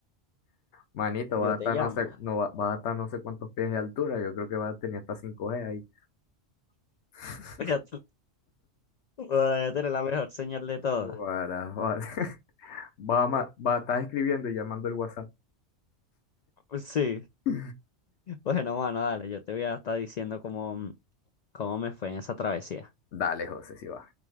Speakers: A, on the left (about 65°); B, on the left (about 80°).
A: Manito,
B: yo
A: vas a
B: te
A: estar
B: llamo.
A: no sé, no, va- vas a estar no sé cuántos pies de altura. Yo creo que vas a tener hasta cinco g ahí. <laughs>
B: <laughs> Ya tú- Guara, ya tienes la mejor señal de todas.
A: Guara, guara. <laughs> Va a, ma- va a estar escribiendo y llamando el WhatsApp.
B: Sí.
A: Bu-
B: Bueno, mano, dale, yo te voy a estar diciendo cómo, cómo me fue en esa travesía.
A: Dale, José, si va.